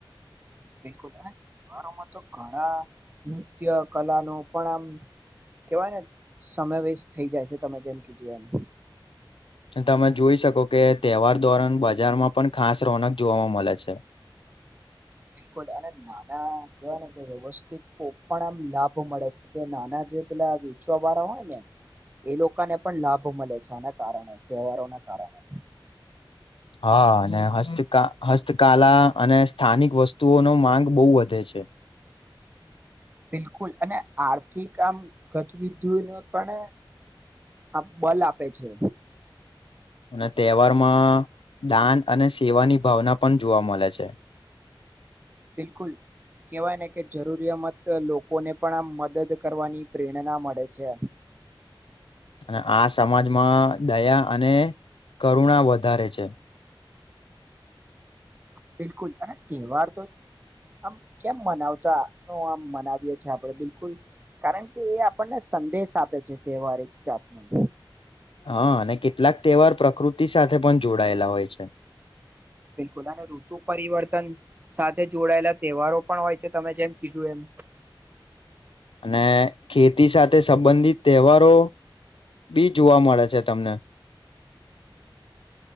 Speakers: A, on the right; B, on the left.
A: બિલકુલ, અને તહેવારોમાં તો ઘણા નૃત્ય કલાનો પણ આમ કેવાયને સમય વેસ્ટ થઈ જાય છે, તમે જેમ કીધું એમ
B: તમે જોઈ શકો કે તહેવાર દોરણ બજારમાં પણ ખાસ રોનક જોવાવામાં મળે છે. <inaudible>
A: બિલકુલ અને નાના કહેવાય ને, કે વ્યવસ્થિક તો પણ આમ લાભ મળે કે નાના જે પેલા વેચવાવાળા હોય ને એ લોકોને પણ લાભ મળે છે, આના કારણે તહેવારોના કારણે.
B: હા, અને હસ્તક હસ્તકલા અને સ્થાનિક વસ્તુઓની માંગ બહુ વધે છે. છે.
A: બિલકુલ, અને આર્થિક આમ ગતવિધિનું પણ આ બલ આપે છે.
B: અને તહેવારમાં દાન અને સેવાની ભાવના પણ જોવા મળે છે. <inaudible>
A: બિલકુલ. કહેવાય ને કે, જરૂરિયામત લોકોને પણ આ મદદ કરવાની પ્રેરણા મળે છે
B: <inaudible> અને આ સમાજમાં દયા અને કરુણા વધારે છે.
A: બિલકુલ અને તહેવાર તો આમ કેમ મનાવતા આમ મનાવીએ છીએ. આપણે બિલકુલ કારણ કે એ આપણને સંદેશ આપે છે. તહેવાર એક જાતનું
B: હા, અને કેટલાક તહેવાર પ્રકૃતિ સાથે પણ જોડાયેલા હોય છે.
A: બિલકુલ અને ઋતુ પરિવર્તન સાથે જોડાયેલા તહેવારો પણ હોય છે, તમે જેમ કીધું એમ.
B: અને ખેતી સાથે સંબંધિત તહેવારો બી જોવા મળે છે. તમને